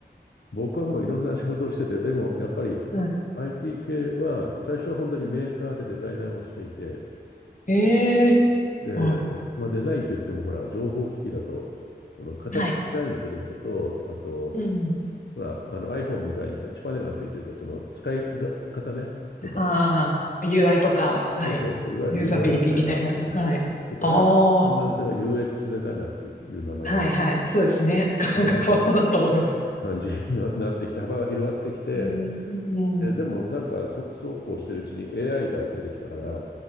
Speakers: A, on the left; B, on the left.
A: 僕はもういろんな仕事をしてて、でもやっぱり
B: <laughs> はい。
A: IT 系は最初は本当にメーカーでデザイナーをしていて、
B: ええはい。
A: で、まあ、デザインって言ってもほら、情報機器だと、その形デザインする人と、
B: はい。
A: あと、
B: うん。
A: ほら、あの iPhone みたいにタッチパネルがついてると、その使いが方ね、とかを、
B: ああ、UI とか、はい。
A: そうそうそう、いわゆる
B: ユーザビリティみたいなの。
A: UI デザイナーっていうのをやってから、
B: はい。ああ、
A: だんだんそれが UX デザイナーっていう、いう名前になって、
B: はいはい。そうですね。<laughs>
A: 幅広い
B: なんか変わったなと思いました。
A: 感じにななってきて、幅が広がってきて、
B: うん、うん
A: え、でもなんかそ、そうこうしてるうちに AI が出てきたから、